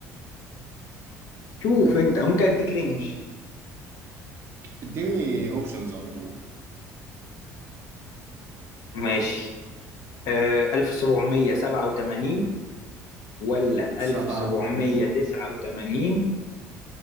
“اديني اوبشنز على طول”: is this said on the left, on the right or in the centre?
Right